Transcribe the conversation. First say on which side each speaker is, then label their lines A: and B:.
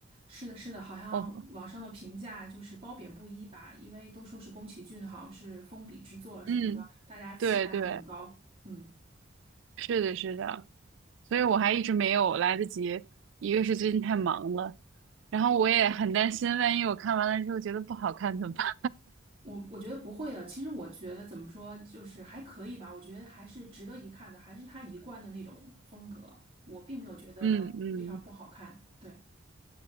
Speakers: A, on the right; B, on the right.
A: 是的，是的，好像网上的评价就是褒贬不一吧，
B: 我
A: 因为都说是宫崎骏的，好像是封笔之作什么的，
B: 嗯，
A: 大家期待很高。
B: 对对，
A: 嗯。
B: 是的，是的，所以我还一直没有来得及，一个是最近太忙了，然后我也很担心，万一我看完了之后觉得不好看怎么办？
A: 我我觉得不会的。其实我觉得怎么说，就是还可以吧。我觉得还是值得一看的，还是他一贯的那种风格。我并没有觉得非常不好看。
B: <laughs> 嗯嗯
A: 对。